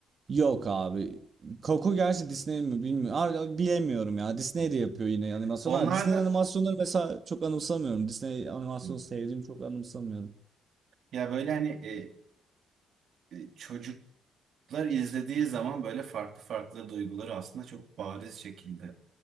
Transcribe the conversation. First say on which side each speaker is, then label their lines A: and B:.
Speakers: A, on the right (about 45°); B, on the right (about 65°).
A: Yok abi. Coco gerçi Disney mi bilmiyorum. Abi, bilemiyorum ya. Disney
B: Hmm.
A: de yapıyor yine animasyonlar.
B: Onlar
A: Disney
B: da
A: animasyonları mesela çok anımsamıyorum. Disney animasyonu
B: Hmm.
A: sevdiğimi çok anımsamıyorum.
B: ya böyle hani e, e, çocuklar izlediği zaman böyle farklı farklı duyguları aslında çok bariz şekilde